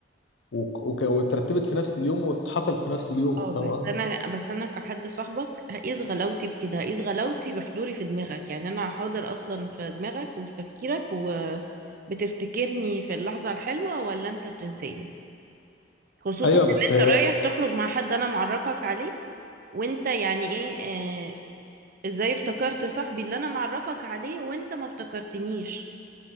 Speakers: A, on the left (about 80°); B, on the right (about 50°).
A: وك- وك- واترتبت في نفس اليوم واتحصل في نفس اليوم
B: اه
A: فاهم
B: بس
A: قصدي
B: انا بس انا كحد صاحبك هقيس غلاوتي بكده هقيس غلاوتي بحضوري في دماغك يعني انا حاضر اصلا في دماغك وفي تفكيرك وبتفتكرني في اللحظة الحلوة ولا انت بتنساني خصوصا
A: ايوه
B: ان
A: بس
B: انت
A: هي
B: رايح تخرج مع حد انا معرفك عليه وانت يعني ايه آه، ازاي افتكرت صاحبي اللي انا معرفك عليه وانت ما افتكرتنيش